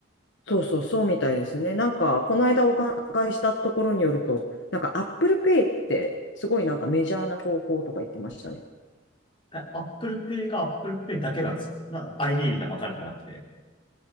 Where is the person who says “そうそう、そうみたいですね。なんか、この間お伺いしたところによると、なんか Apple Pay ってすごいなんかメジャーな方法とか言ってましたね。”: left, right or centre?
Left